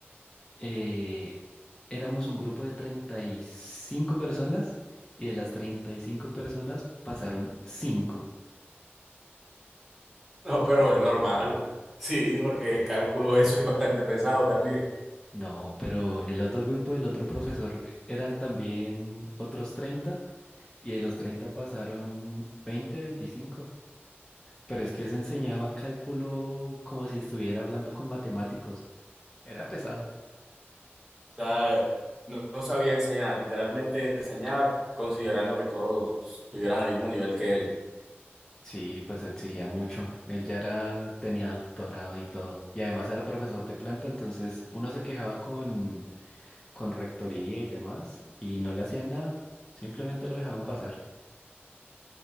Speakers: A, on the left; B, in the centre.
A: eh, éramos un grupo de 35 personas y de las 35 personas pasaron 5.
B: No, pero es normal. Sí, porque cálculo eso es bastante pesado también.
A: No, pero el otro grupo del otro profesor eran también otros 30 y de los 30 pasaron 20, 25. Pero es que se enseñaba cálculo como si estuviera hablando con matemáticos. Era pesado.
B: O sea, no, no sabía enseñar, literalmente enseñaba considerando que todos tuvieran el mismo nivel que él.
A: Sí, pues exigía mucho. Él ya era, tenía doctorado y todo. Y además era profesor de planta, entonces uno se quejaba con, con rectoría y demás, y no le hacían nada. Simplemente lo dejaban pasar.